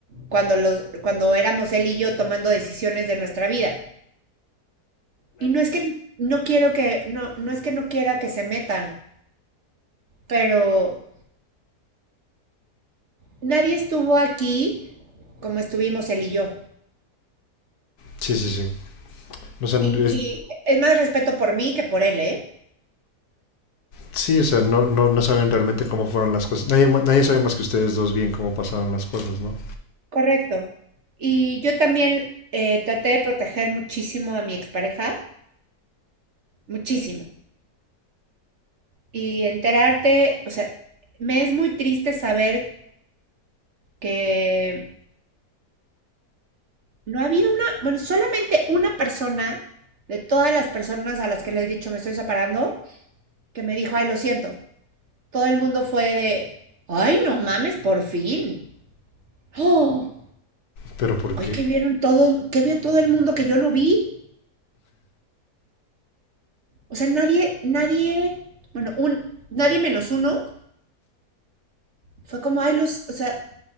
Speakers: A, on the right; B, on the left.
A: cuando, los, cuando éramos él y yo tomando decisiones de nuestra vida. Y no es que no quiero que, no, no es que no quiera que se metan, pero nadie estuvo aquí como estuvimos él y yo.
B: Sí, sí, sí. O sea,
A: Y,
B: es-
A: y es más respeto por mí que por él, ¿eh?
B: sí, o sea, no, no, no saben realmente cómo fueron las cosas. Nadie, ma- nadie sabe más que ustedes dos bien cómo pasaron las cosas, ¿no?
A: Correcto. Y yo también eh, traté de proteger muchísimo a mi expareja, muchísimo. Y enterarte, o sea, me es muy triste saber que no ha habido una, bueno, solamente una persona de todas las personas a las que le he dicho me estoy separando, que me dijo, ay, lo siento. Todo el mundo fue de, ay, no mames, por fin. Oh,
B: Pero ¿por qué?
A: oye, que vieron todo, ¿Qué vio todo el mundo que yo no vi. O sea, nadie, nadie, bueno, un, nadie menos uno fue como, ay, los, o sea,